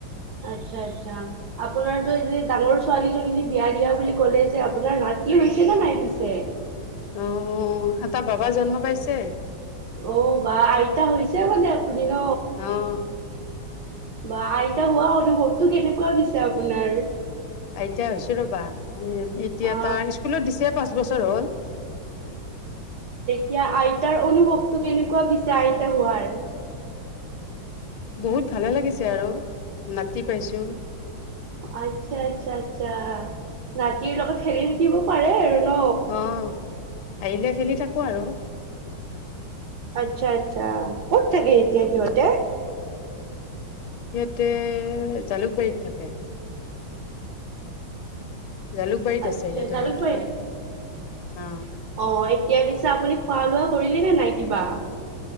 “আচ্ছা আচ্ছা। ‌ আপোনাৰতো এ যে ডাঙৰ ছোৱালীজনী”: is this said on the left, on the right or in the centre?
Right